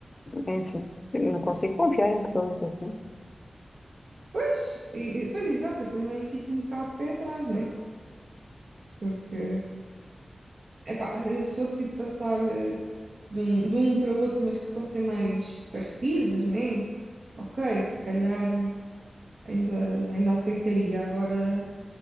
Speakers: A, on the left (about 35°); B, on the right (about 75°).
A: Enfim, não consigo confiar em pessoas assim.
B: Pois, e, pois, exato, eu também fico um bocado de pé atrás, né? Porque Epá, se fosse tipo, passar eh, de um, de um para o outro, mas que fossem mais parecidos, né? Ok, se calhar ainda, ainda aceitaria. Agora,